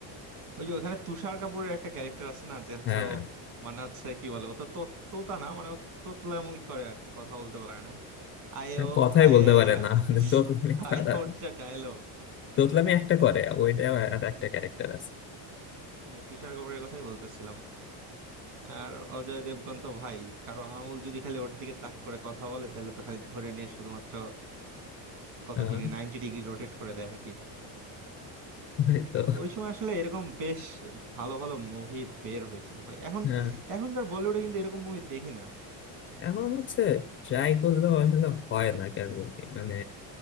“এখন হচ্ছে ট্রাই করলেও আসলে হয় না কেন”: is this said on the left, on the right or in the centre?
Left